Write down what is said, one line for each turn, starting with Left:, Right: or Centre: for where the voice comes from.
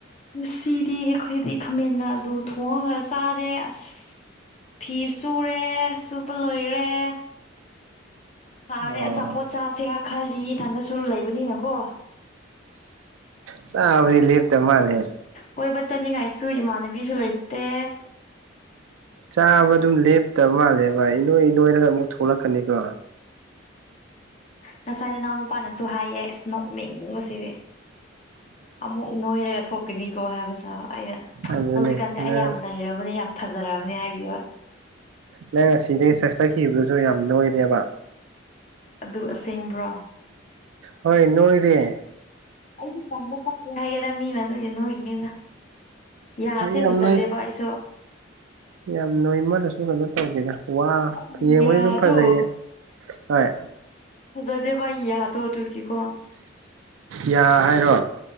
Left: ꯉꯁꯤꯗꯤ ꯑꯩꯈꯣꯏꯗꯤ ꯈꯥꯃꯦꯟꯒ ꯑꯜꯂꯨ ꯊꯣꯡꯉꯒ ꯆꯥꯔꯦ ꯑꯁ ꯐꯤ ꯁꯨꯔꯦ ꯁꯨꯕ ꯂꯣꯏꯔꯦ ꯆꯥꯔꯦ
Right: ꯑꯣ
Left: ꯑꯆꯥꯄꯣꯠ ꯆꯥꯁꯤꯔꯥ ꯈꯜꯂꯤ ꯏꯊꯟꯗꯁꯨ ꯂꯩꯕꯅꯤꯅꯀꯣ
Right: ꯆꯥꯕꯗꯤ ꯂꯦꯞꯇꯕ ꯃꯥꯜꯂꯦ
Left: ꯀꫭꯏꯕ ꯆꯠꯅꯤꯡꯉꯥꯏꯁꯨ ꯏꯃꯥꯟꯅꯕꯤꯁꯨ ꯂꯩꯇꯦ
Right: ꯆꯥꯕ ꯑꯗꯨꯝ ꯂꯦꯞꯇꯕ ꯃꯥꯜꯂꯦꯕ ꯏꯅꯣꯏ ꯅꯣꯏꯔꯒ ꯑꯃꯨꯛ ꯊꯣꯛꯂꯛꯀꯅꯤꯀꯣ
Left: ꯉꯁꯥꯏ ꯅꯅꯥꯎ ꯅꯨꯄꯥꯅꯁꯨ ꯍꯥꯏꯌꯦ ꯅꯣꯛꯅꯤꯡꯕꯁꯤꯗꯤ ꯑꯃꯨꯛ ꯅꯣꯏꯔꯒ ꯊꯣꯛꯀꯅꯤꯀꯣ ꯍꯥꯏꯕ ꯁꯥꯕ ꯑꯩꯅ
Right: ꯑꯗꯨꯅꯦ
Left: ꯍꯧꯖꯤꯛꯀꯥꯟꯗꯤ ꯑꯩ
Right: ꯅꯪ
Left: ꯌꯥꯝ ꯅꯩꯔꯕꯅꯤ ꯌꯥꯝ ꯐꯖꯔꯕꯅꯤ ꯍꯥꯏꯈꯤꯕ
Right: ꯅꯪ ꯉꯁꯤꯗꯤ ꯆ꯭ꯔꯁ ꯆꯠꯈꯤꯕꯗꯨꯁꯨ ꯌꯥꯝ ꯅꯣꯏꯔꯦꯕ
Left: ꯑꯗꯨ ꯑꯁꯦꯡꯕ꯭ꯔꯣ
Right: ꯍꯣꯏ ꯅꯣꯏꯔꯦ
Left: ꯑꯩꯗꯤ ꯀꯪꯕ ꯄꯥꯛꯇꯦ ꯍꯥꯏꯌꯦꯗ ꯃꯤꯅ ꯑꯗꯨꯒꯤ ꯅꯣꯏꯔꯤꯅꯤꯗ ꯌꯥꯁꯦ
Right: ꯌꯥꯝ
Left: ꯐꯖꯗꯦꯕ
Right: ꯅꯣꯏ
Left: ꯑꯩꯁꯨ
Right: ꯌꯥꯝ ꯅꯣꯏꯃꯜꯂꯁꯨ ꯀꯩꯅꯣ ꯇꯧꯗꯦꯗ ꯋꯥ
Left: ꯑꯩꯒꯤ
Right: ꯌꯦꯡꯕꯗꯤ
Left: ꯌꯥꯗꯣ
Right: ꯑꯗꯨꯝ ꯐꯖꯩꯌꯦ ꯍꯣꯏ
Left: ꯐꯖꯗꯦꯕ ꯌꯥꯗꯣ ꯑꯗꯨꯒꯤꯀꯣ
Right: ꯌꯥ ꯍꯥꯏꯔꯣ